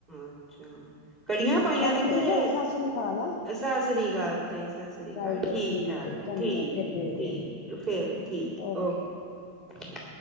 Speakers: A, on the right; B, on the left.
A: ਅੱਛਾ ਕੜੀਆਂ ਪਾਈਆਂ
B: ਚੱਲ
A: ਨੇ
B: ਮੀਤ
A: ਕਿ।
B: ਸਤਿ ਸ੍ਰੀ ਅਕਾਲ ਆ
A: ਸਤਿ ਸ੍ਰੀ
B: ਚੱਲ
A: ਅਕਾਲ ਜੀ। ਠੀਕ, ਠਾਕ
B: ਏ ਚੰਗਾ
A: ਠੀਕ,
B: ਫਿਰ ਮਿਲਦੇ
A: ਠੀਕ
B: ਆ
A: ਫੇਰ ਠੀਕ
B: ਓਕੇ
A: ਓ ਕੇ। <unintelligible>